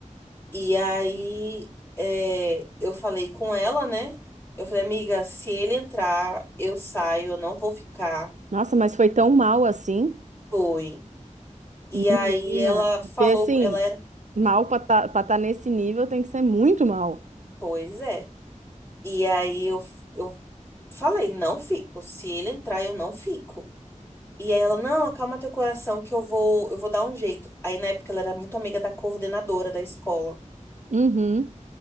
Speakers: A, on the left (about 15°); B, on the right (about 65°).
A: E aí, é, eu falei com ela, né? Eu falei, amiga, se ele entrar, eu saio, eu não vou ficar.
B: Nossa, mas foi tão mal assim?
A: Foi. E
B: Menina,
A: aí ela
B: porque
A: falou,
B: assim,
A: ela era,
B: mal pra estar nesse nível tem que ser muito mal.
A: pois é. E aí eu, eu falei, não fico, se ele entrar, eu não fico. E aí ela, não, acalma teu coração que eu vou, eu vou dar um jeito. Aí na época ela era muito amiga da coordenadora da escola.
B: Uhum.